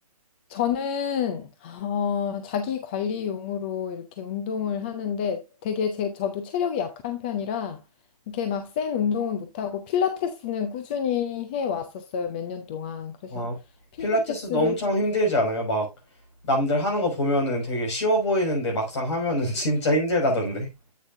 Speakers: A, on the left; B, on the left.
A: 저는, 어, 자기 관리용으로 이렇게 운동을 하는데 되게 제, 저도 체력이 약한 편이라 이렇게 막 센 운동은 못하고 필라테스는 꾸준히 해 왔었어요, 몇 년 동안. 그래서
B: 아,
A: 필라테스를
B: 필라테스도 엄청 힘들지 않아요? 막 남들 하는 거 보면은 되게 쉬워 보이는데 막상 하면은 <laughs> 진짜 힘들다던데.